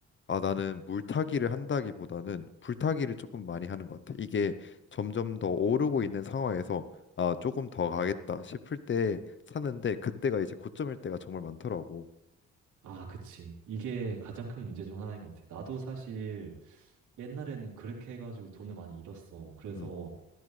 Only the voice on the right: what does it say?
아, 그치. 이게 가장 큰 문제 중 하나인 것 같아. 나도 사실 옛날에는 그렇게 해가지고 돈을 많이 잃었어. 그래서,